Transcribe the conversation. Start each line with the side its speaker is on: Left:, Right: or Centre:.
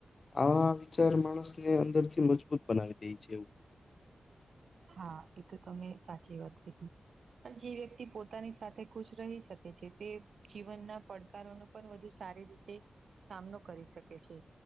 Left: આવા વિચાર માણસને અંદર થી મજબૂત બનાવી દે છે એવું.
Right: હા, એ તો તમે સાચી વાત કીધી. પણ જે વ્યક્તિ પોતાની સાથે ખુશ રહી શકે છે તે જીવનના પડકારોનો પણ વધુ સારી રીતે સામનો કરી શકે છે.